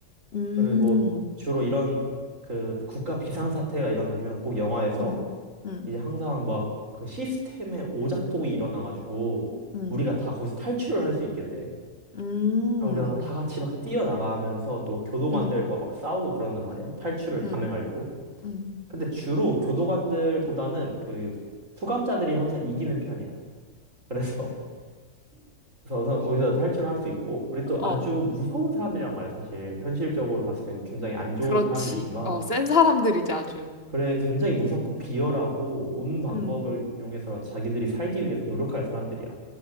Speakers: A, on the left; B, on the right.
A: 음,
B: 그리고 주로 이런 그 국가 비상사태가 일어나면 꼭 영화에서
A: 음, 음,
B: 이제 항상 막 그 시스템의 오작동이 일어나가지고
A: 음,
B: 우리가 다 거기서 탈출을 할 수 있게 돼.
A: 음,
B: 그럼 우리가 다 같이 막 뛰어나가면서 또막 교도관들과
A: 음,
B: 막 싸우고 그런단 말이야.
A: 음,
B: 탈출을
A: 음,
B: 감행하려고.
A: 음.
B: 근데 주로 교도관들보다는 그 수감자들이 항상 이기는 편이야. 그래서 <laughs> 그래서 우선 거기서 탈출을 할 수 있고 우리 또
A: 어,
B: 아주 무서운 사람들이란 말이야. 사실 현실적으로 봤을 때는 굉장히 안 좋은
A: 그렇지.
B: 사람들이지만
A: 어, 센 사람들이지, 아주.
B: 그래, 굉장히 무섭고 비열하고 온 방법을
A: 음,
B: 이용해서 자기들이 살기 위해서 노력할 사람들이야.